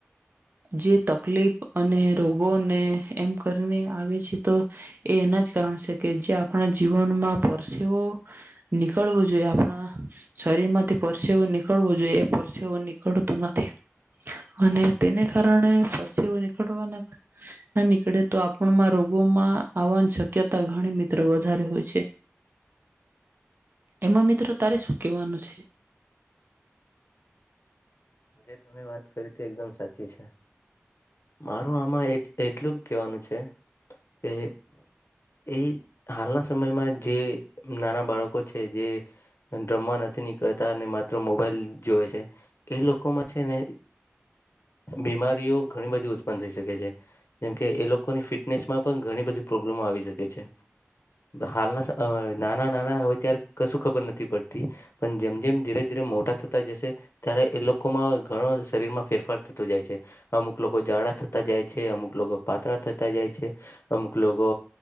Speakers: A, on the right; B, on the left.
A: જે તકલીફ અને રોગોને એમ કરીને આવે છે તો એ એના જ કારણ છે કે જે આપણા જીવનમાં પરસેવો નીકળવું જોઈએ આપણા શરીરમાંથી પરસેવો નીકળવો જોઈએ એ પરસેવો નીકળતું નથી. અને તેને કારણે પરસેવો નીકળવાના ના નીકળે તો આપણમાં રોગોમાં આવવાની શક્યતા ઘણી મિત્ર વધારે હોય છે. એમાં મિત્ર તારે શું કહેવાનું છે.
B: જે તમે વાત કરી એકદમ સાચી છે. મારું આમાં એટ એટલું જ કેવાનું છે કે એ હાલના સમયમાં જે નાના બાળકો છે, જે રમવા નથી નીકળતા ને માત્ર મોબાઈલ જોવે છે એ લોકોમાં છે ને બીમારીઓ ઘણી બધી ઉત્પન્ન થઈ શકે છે. જેમકે એ લોકોની ફિટનેસમાં પણ ઘણી બધી પ્રોબ્લેમો આવી શકે છે. હાલના અહ નાના-નાના હોય ત્યારે કશું ખબર નથી પડતી, પણ જેમ-જેમ ધીરે-ધીરે મોટા થતા જશે ત્યારે એ લોકોમાં ઘણો શરીરમાં ફેરફાર થતો જાય છે. અમુક લોકો જાડા થતા જાય છે, અમુક લોકો પાતળા થતા જાય છે, અમુક લોકો